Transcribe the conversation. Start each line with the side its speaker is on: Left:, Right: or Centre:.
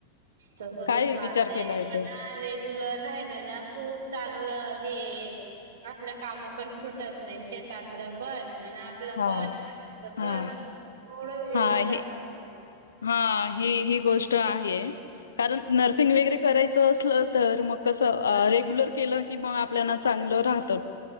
Right: तस
Left: काय
Right: तर चाललंय
Left: विचार केलाय
Right: पण
Left: तर
Right: ना रेगुलर राहिल ना खूप चांगलं. हे आपलं काम पण सुटत नाही शेतातलं पण आणि आपलं
Left: हा
Right: पण <inaudible>
Left: हा
Right: पण असं थोडं येऊन
Left: हा हे
Right: जात.
Left: हा ही ही गोष्ट आहे. कारण नर्सिंग वगैरे करायचं असल तर मग कस रेग्युलर केलं की मग आपल्याला चांगलं राहत.